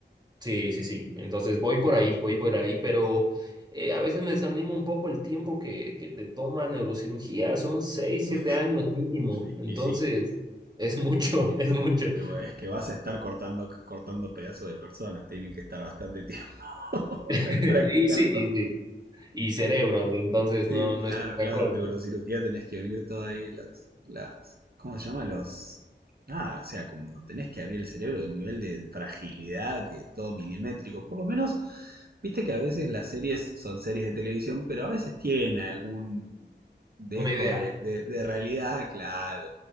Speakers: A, on the right; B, on the right.
A: sí, sí, sí. Entonces voy por ahí, voy por ahí, pero eh, a veces me desanima un poco el tiempo que, que te toma neurocirugía. Son seis,
B: Uf,
A: siete años mínimo.
B: sí,
A: Entonces,
B: y sí,
A: es mucho,
B: y sí.
A: <laughs> es mucho.
B: Y bueno, es que vas a estar cortando, cortando pedazos de personas, tienen que estar bastante tiempo
A: <laughs>
B: <laughs> practicando.
A: Y sí, y sí. Y cerebros, entonces
B: Sí,
A: no,
B: claro,
A: no es poca
B: claro,
A: cosa.
B: neurocirugía tenés que unir todas ahí las, las, ¿cómo se llama? Los, ah, o sea, cuando tenés que abrir el cerebro, el nivel de fragilidad, que todo milimétrico, por lo menos, viste que a veces las series son series de televisión, pero a veces tiene algún dejo
A: Una idea.
B: de, de, de realidad, claro,